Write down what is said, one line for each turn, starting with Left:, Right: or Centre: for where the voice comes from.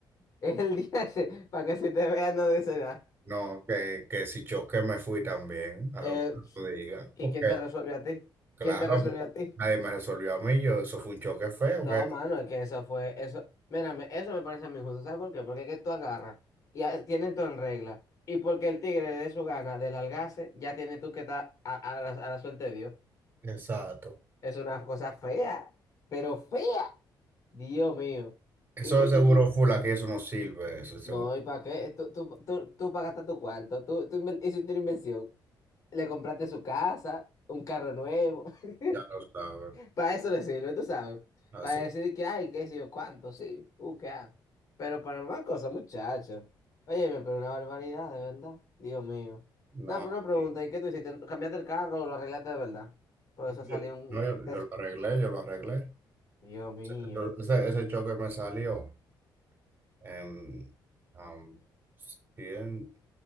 Left: Es el día ese, para que si te vean no dice nada.
Right: No, que, que si choque me fui también, a
Left: Eh,
Right: lo que tú digas,
Left: ¿y
Right: porque
Left: quién te resuelve a ti?
Right: claro,
Left: ¿Quién te resuelve a ti?
Right: nadie me resolvió a mí, yo, eso fue un choque feo,
Left: No,
Right: que
Left: mano, es que eso fue, eso, mírame, eso me parece a mí injusto. ¿Sabes por qué? Porque es que tú agarras y a- tienen todo en regla. Y porque el tigre de su gana, del algace, ya tiene tú que estar a, a la a la suerte de Dios.
Right: Exacto.
Left: Es una cosa fea, pero fea. Dios mío.
Right: eso
Left: Y, y,
Right: de seguro
Left: y, y-
Right: full aquí, eso no sirve, eso de seguro,
Left: no, ¿y para qué? Tú, tú, tú, tú pagaste tu cuarto, tú, tú inver- hiciste una inversión, le compraste su casa, un carro nuevo, <laughs>
Right: ya lo sabes.
Left: para eso le sirve, tú sabes,
Right: Así,
Left: para decir que, ay, qué sé yo, cuánto, sí, uh, qué ah. Pero para más cosas, muchacho. Oye, pero una barbaridad, de verdad, Dios mío.
Right: no,
Left: No, pero una pregunta,
Right: y-
Left: ¿y qué tú hiciste? ¿Cambiaste el carro o lo arreglaste de verdad? Por
Right: y
Left: eso salió un...
Right: no, yo,
Left: te-
Right: yo lo arreglé, yo lo arreglé.
Left: Dios mío.
Right: Ese, ese- ese choque me salió, en, am, 100,